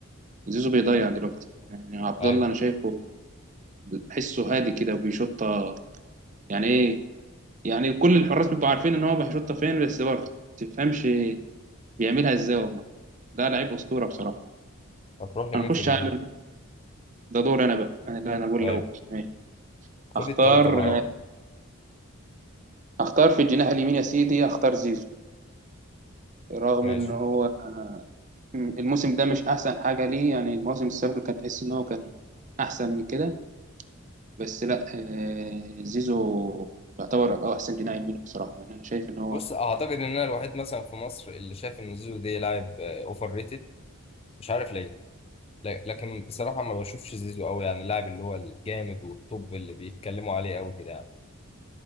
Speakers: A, on the right; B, on the left.
A: زيزو بيضيع دلوقتي يعني عبد
B: ايوه
A: الله انا شايفه بحسه هادي كده وبيشوطها يعني ايه يعني كل الحراس بيبقوا عارفين ان هو بيشوطها فين بس برضه ما تفهمش بيعملها ازاي والله ده لعيب اسطوره بصراحه
B: هتروح لمين
A: هنخش
B: في الهجوم
A: على ده دور انا بقى انا لا انا اقول
B: ايوه
A: لو ماشي
B: خد
A: اختار
B: الثلاثه بقى على بعضهم
A: اختار في الجناح اليمين يا سيدي اختار زيزو رغم
B: ماشي
A: ان هو مم. الموسم ده مش احسن حاجه ليه يعني المواسم السابقه كانت تحس ان هو كان احسن من كده بس لا آه، زيزو يعتبر هو احسن جناح يمين بصراحه يعني انا شايف ان هو
B: بص اعتقد ان انا الوحيد مثلا في مصر اللي شايف ان زيزو ده لاعب اوفر ريتد مش عارف ليه ل- لكن بصراحة ما بشوفش زيزو قوي يعني اللاعب اللي هو الجامد والطب اللي بيتكلموا عليه قوي كده يعني